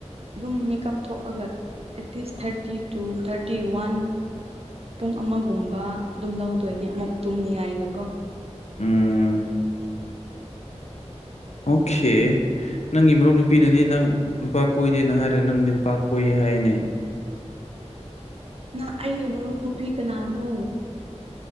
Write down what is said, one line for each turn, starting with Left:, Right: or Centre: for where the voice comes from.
Right: ꯑꯗꯨꯝ ꯃꯤꯀꯞ ꯊꯣꯛꯑꯒ at least thirty two thirty one ꯄꯨꯡ ꯑꯃꯒꯨꯝꯕ ꯑꯗꯨꯝ ꯂꯧꯗꯣꯏꯅꯦ ꯑꯃꯨꯛ ꯇꯨꯝꯅꯤꯉꯥꯏꯗ ꯀꯣ꯫
Left: ꯎꯝ ꯑꯣꯀꯦ ꯅꯪꯒꯤ ꯃꯔꯨꯞ ꯅꯨꯄꯤꯅꯗꯤ ꯅꯪ ꯅꯨꯄꯥ ꯀꯣꯏꯗꯦꯅ ꯍꯥꯏꯔꯒ ꯅꯪ ꯅꯨꯄꯥ ꯀꯣꯏꯌꯦ ꯍꯥꯏꯅꯦ꯫
Right: ꯅ ꯑꯩꯒꯤ ꯃꯔꯨꯞ ꯅꯨꯄꯤ ꯀꯅꯥꯅꯣ?